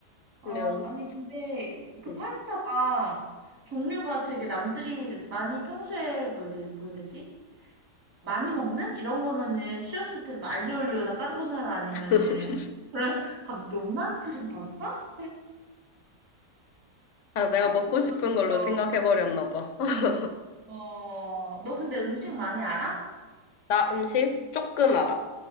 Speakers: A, on the right (about 60°); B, on the left (about 50°).
A: 아,
B: 그러면,
A: 아니, 근데 그
B: 음.
A: 파스타가 종류가 되게 남들이 많이 평소에 뭐라 해야 되- 뭐라 해야 되지? 많이 먹는? 이런 거면은 쉬웠을 텐데, 뭐 알리올리오나 까르보나라 아니면은.
B: <laughs>
A: 그래, 갑자기 <laughs> 명란 크림 파스타?
B: 아, 내가
A: 아,
B: 먹고
A: 진짜
B: 싶은
A: 있다
B: 걸로 생각해버렸나 봐. <laughs>
A: 어, 너 근데 음식 많이 알아?
B: 나 음식 조금 알아.